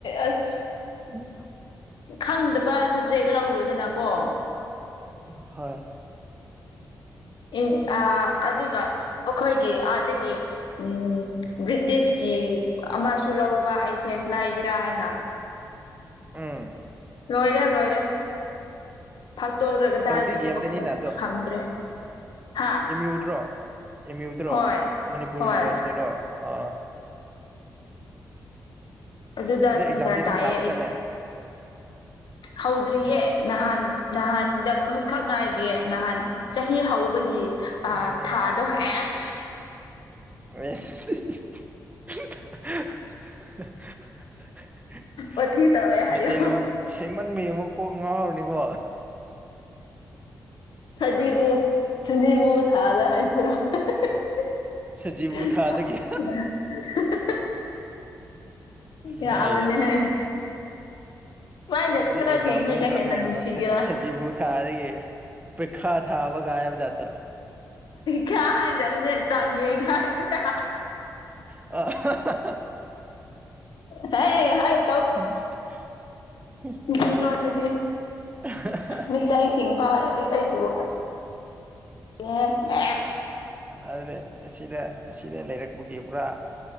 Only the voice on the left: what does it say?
ꯑꯁ
ꯈꯪꯗꯕ ꯁꯕꯖꯦꯛ ꯂꯧꯔꯨꯗꯅꯀꯣ
ꯑꯦ ꯑꯥ ꯑꯗꯨꯒ ꯑꯈꯣꯏꯒꯤ ꯑꯥꯗꯒꯤ ꯎꯝ ꯕ꯭ꯔꯤꯇꯤꯁꯀꯤ ꯑꯃꯁꯨ ꯂꯧꯕ ꯑꯩꯁꯦ ꯂꯥꯏꯒꯦꯔꯥ ꯍꯥꯏꯅ
ꯂꯣꯏꯔꯦ ꯂꯣꯏꯔꯦ ꯐꯥꯛꯇꯣꯛꯔꯒ ꯒꯗꯥꯏꯗꯒꯤ
ꯃꯈꯨ ꯁꯝꯗ꯭ꯔꯦ ꯍꯥ
ꯍꯣꯏ
ꯍꯣꯏ
ꯑꯗꯨꯗ
ꯁꯦꯟꯇꯔ
ꯇꯥꯏꯌꯦ
ꯍꯥꯎꯗ꯭ꯔꯤꯌꯦ
ꯅꯍꯥꯟ ꯅꯍꯥꯟꯗ ꯈ ꯈꯛ ꯉꯥꯏꯔꯤꯌꯦ ꯅꯍꯥꯟ ꯆꯍꯤ ꯍꯧꯕꯒꯤ
ꯊꯥ
ꯗꯣ ꯍꯦꯁ
ꯋꯥꯊꯤ ꯇꯧꯔꯦ ꯍꯥꯏꯌꯣ
ꯁꯖꯤꯕꯨ ꯁꯖꯤꯕꯨ ꯊꯥꯖ ꯍꯥꯏꯕꯁꯤꯔ <unintelligible>
ꯌꯥꯕꯅꯦꯍꯦ
ꯁꯨꯃꯥꯏꯅ
ꯈꯔ
ꯁꯦꯡꯂꯒ ꯍꯦꯟꯅ
ꯅꯨꯡꯁꯤꯒꯦꯔꯥ
ꯈ꯭ꯌꯥ ꯍꯥꯏꯗꯕꯅꯦ ꯆꯥꯡꯌꯦꯡ ꯍꯥꯏꯕꯅꯦ
ꯍꯦ ꯍꯥꯏ
ꯃꯤꯇꯩꯂꯣꯟ ꯗꯗꯤ
ꯃꯤꯇꯩꯁꯤꯡ ꯐꯥꯎ ꯑꯩꯕꯨ <unintelligible>